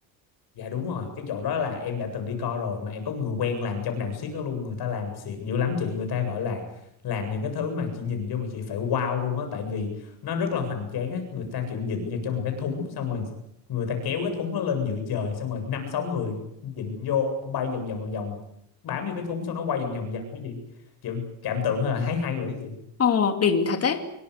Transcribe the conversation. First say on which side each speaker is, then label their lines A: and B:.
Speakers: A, on the left; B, on the left.
A: Dạ đúng rồi, cái chỗ đó là em đã từng đi coi rồi mà em có người quen làm trong đàn xiếc đó luôn, người ta làm xịn dữ lắm chị, người ta gọi là làm những cái thứ mà chị nhìn vô mà chị phải wow luôn á tại vì nó rất là hoành tráng á, người ta kiểu dịnh vào trong một cái thúng xong rồi người ta kéo cái thúng nó lên giữa trời xong rồi năm sáu người dịnh vô bay vòng vòng vòng vòng bám vô cái thúng xong nó quay vòng vòng vòng cái gì. Kiểu cảm tưởng là thấy hay rồi đó chị.
B: Ồ, đỉnh thật đấy.